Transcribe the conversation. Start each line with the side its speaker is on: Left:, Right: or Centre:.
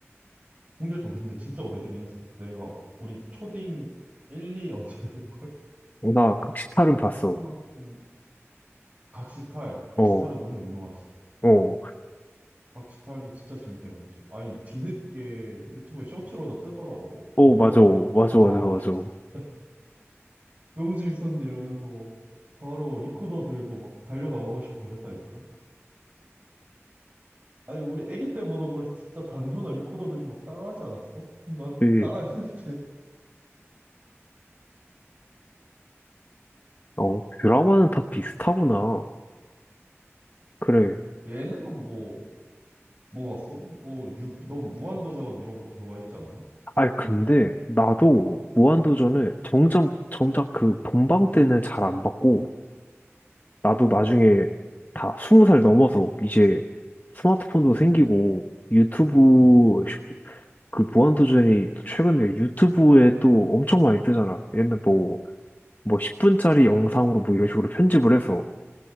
Right: 홍길동 근데 진짜 오래되긴 했어. 내가 우리 초딩 1, 2 언저일걸?
Left: 어, 나 각시탈은 봤어.
Right: 초등학생 각시탈, 각시탈은
Left: 어,
Right: 너무 유명하지.
Left: 어,
Right: 각시탈도 진짜 재밌게 봤지. 아니, 뒤늦게 유튜브에 쇼츠로 다 뜨더라고.
Left: 어,
Right: 보고
Left: 맞아,
Right: 나서,
Left: 맞아,
Right: 아,
Left: 맞아, 맞아.
Right: 진짜 너무 재밌었는데 이러면서 바로 리코더 들고 막 달려나가고 싶고 그랬다니까. 아니, 우리 애기 때 보던 걸 진짜 단소나 리코더 들고 막 따라하지 않았어? 난
Left: 그,
Right: 따라했는데.
Left: 어, 드라마는 다 비슷하구나. 그래.
Right: <laughs> 얘는 뭐, 뭐 봤어? 뭐, 유, 너 무한도전 이런 거 좋아했지 않나?
Left: 아니, 근데 나도 무한도전을 정작, 정작 그 본방 때는 잘 안 봤고, 나도 나중에
Right: 응,
Left: 다 스무 살 넘어서 이제 스마트폰도 생기고, 유튜브,
Right: 응,
Left: 쇼- 그 무한도전이 또 최근에 유튜브에 또 엄청 많이 뜨잖아. 옛날 뭐, 뭐 10분짜리 영상으로 뭐 이런 식으로 편집을 해서.